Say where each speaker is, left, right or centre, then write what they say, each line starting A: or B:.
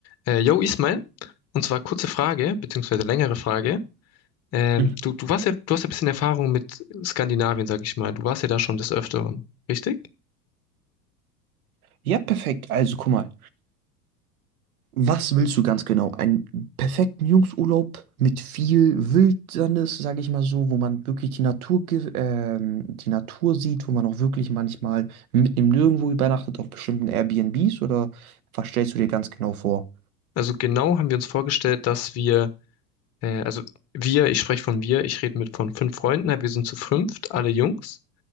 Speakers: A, on the left (about 30°); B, on the right (about 60°).
A: Äh, yo, Ismail, und zwar kurze Frage, beziehungsweise längere Frage. Ähm,
B: Mhm.
A: du, du warst ja, du hast ja ein bisschen Erfahrung mit Skandinavien, sag ich mal. Du warst ja da schon des Öfteren, richtig?
B: Ja, perfekt. Also, guck mal. Was willst du ganz genau? Einen perfekten Jungsurlaub mit viel Wildnis, sage ich mal so, wo man wirklich die Natur, ge- ähm, die Natur sieht, wo man auch wirklich manchmal mitten im Nirgendwo übernachtet auf bestimmten Airbnbs oder was stellst du dir ganz genau vor?
A: Also genau haben wir uns vorgestellt, dass wir, äh, also wir, ich spreche von wir, ich rede mit von fünf Freunden, wir sind zu fünft, alle Jungs.